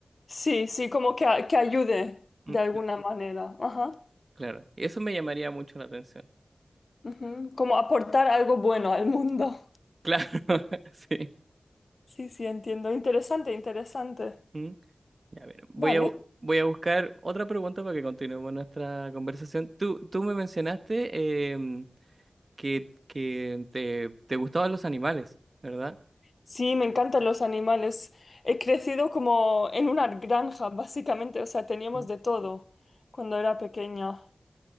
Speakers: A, on the left; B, on the right.
A: Sí, sí, como que, a- que ayude de
B: Mm,
A: alguna manera. Ajá.
B: Claro, eso me llamaría mucho la atención.
A: Ujú, Como aportar algo bueno al mundo. <laughs>
B: Claro, <laughs> sí.
A: Sí, sí, entiendo. Interesante, interesante.
B: Mm. Ya, a ver, voy
A: Vale.
B: a, bu- voy a buscar otra pregunta para que continuemos nuestra conversación. Tú, tú me mencionaste em, que, que te, te gustaban los animales, ¿verdad?
A: Sí, me encantan los animales. He crecido como en una granja, básicamente, o sea, teníamos
B: Mm.
A: de todo cuando era pequeña.